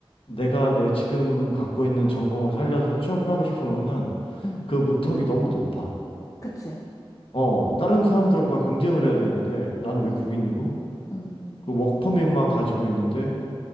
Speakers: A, on the left; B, on the left.
A: 내가 내 지금 갖고 있는 전공을 살려서 취업을 하고 싶으면은
B: 음, 음.
A: 그 문턱이 너무 높아.
B: 그치,
A: 어, 다른 사람들과 경쟁을 해야 되는데 난
B: 맞아,
A: 외국인이고
B: 음,
A: 그 워크퍼밋만 가지고 있는데